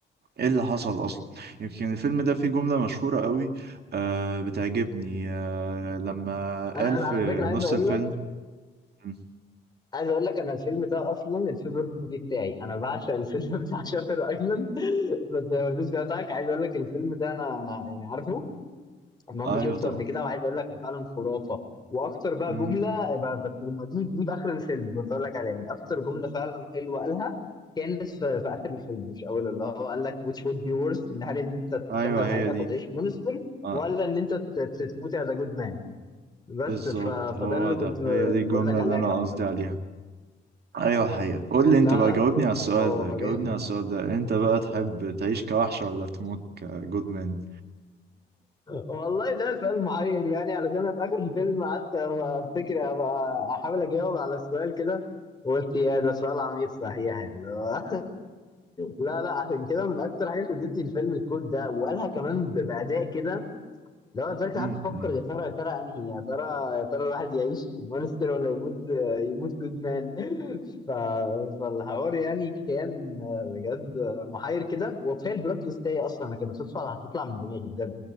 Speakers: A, on the right; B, on the left.
A: ايه اللي حصل اصلا يمكن الفيلم ده فيه جملة مشهورة قوي آه بتعجبني آه لما
B: انا
A: قال في
B: على فكره عايز
A: نص
B: اقول
A: الفيلم
B: لك
A: م،
B: عايز اقول لك انا الفيلم ده اصلا الفيفورت موفي بتاعي انا بعشق الفيلم <laughs> بتاع شاتر ايلاند بس زي ما رضيتش بتاعك عايز اقول لك الفيلم ده انا انا يعني عارفه المهم
A: ايوه
B: شفته
A: طبعا
B: قبل كده وعايز اقول لك هو فعلا خرافه واكتر بقى
A: مهم.
B: جمله ب- بس لما دي دي باخر الفيلم كنت اقول لك عليها يعني اكتر جمله فعلا حلوه قالها كانت في, في اخر الفيلم مش اوله اللي هو قال لك which would be worse ان هل ان انت
A: ايوه
B: تكمل حياتك
A: هي دي
B: وتعيش مونستر
A: آه
B: ولا ان انت ت- ت- تموت as a good man بس
A: بالظبط
B: ف... فده
A: هو
B: اللي كنت
A: ده هي دي الجملة
B: بقول لك عليها
A: اللي انا
B: جامده
A: قصدي عليها ايوه الحقيقة قول لي
B: لا
A: انت بقى
B: لا
A: جاوبني على السؤال
B: هو
A: ده جاوبني
B: جامد
A: على السؤال ده انت بقى تحب تعيش كوحش ولا تموت كجود مان
B: والله ده سؤال محير يعني علشان انا في اخر الفيلم قعدت افتكر ابقى احاول اجاوب على السؤال كده وقلت يا ده سؤال عميق صحيح اللي هو <laughs> لا لا عشان كده من اكتر حاجه شدتني الفيلم الكود ده وقالها كمان ب- باداء كده لو انا دلوقتي
A: <laughs>
B: قعدت افكر يا ترى يا ترى انهي يا ترى يا ترى الواحد يعيش مونستر ولا يموت يموت كودمان <laughs> ف... فالحوار يعني كان بجد محير كده وكفايه البلوت تويست هي اصلا انا كانت صدفه هتطلع من دماغي بجد